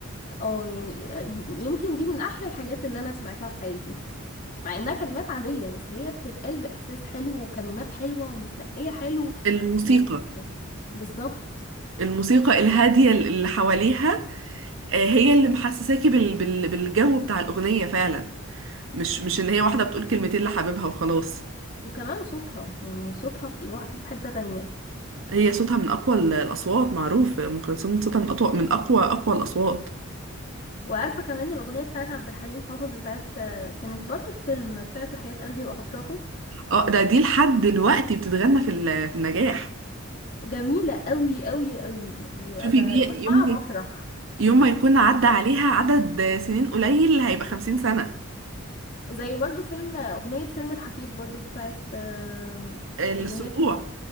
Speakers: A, on the left; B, on the right.
A: اه يعني آه، يمكن دي من احلى الحاجات اللي انا سمعتها في حياتي مع انها كلمات عادية بس هي بتتقال بإحساس حلو وكلمات حلوة ومتنقية حلو
B: الموسيقى
A: و... بالظبط
B: الموسيقى الهادية اللي حواليها آه، هي اللي محسساكي بال... بال... بالجو بتاع الأغنية فعلا مش مش إن هي واحدة بتقول كلمتين لحبيبها وخلاص
A: وكمان صوتها يعني صوتها في- لوحده في حتة تانية
B: هي صوتها من أقوى ال- الأصوات معروف أم كلثوم صوتها من أقوى من أقوى أقوى الأصوات
A: وعارفة كمان الأغنية بتاعت عبد الحليم حافظ بتاعت آه، كانت برضو في فيلم بتاعت وحياة قلبي وأفراحه
B: اه ده دي لحد دلوقتي بتتغنى في ال... في النجاح
A: جميلة قوي قوي قوي يعني ب-
B: شوفي
A: ب-
B: دي
A: بسمعها
B: يوم ما-
A: بفرح
B: يوم ما يكون عدى عليها عدد سنين قليل هيبقى خمسين سنة
A: زي برضو فيلم أغنية فيلم الحفيد برضو بتاعت آه،
B: السبوع
A: اللي هي